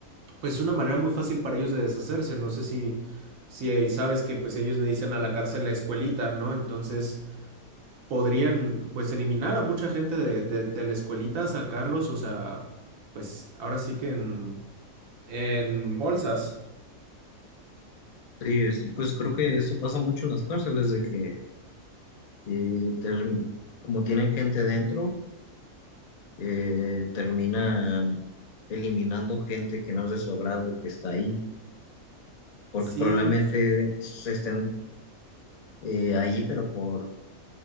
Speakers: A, on the right; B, on the left.
A: pues es una manera muy fácil para ellos de deshacerse. No sé si, si ahí sabes que pues ellos le dicen a la cárcel la escuelita, ¿no? Entonces podrían pues eliminar a mucha gente de, de, de la escuelita, sacarlos, o sea, pues ahora sí que en, en bolsas.
B: Sí, es- pues creo que eso pasa mucho en las cárceles, de que eh, term- como tienen gente adentro, eh, terminan eliminando gente que no es de su agrado, que está ahí, porque
A: Sí.
B: probablemente se estén eh, ahí, pero por,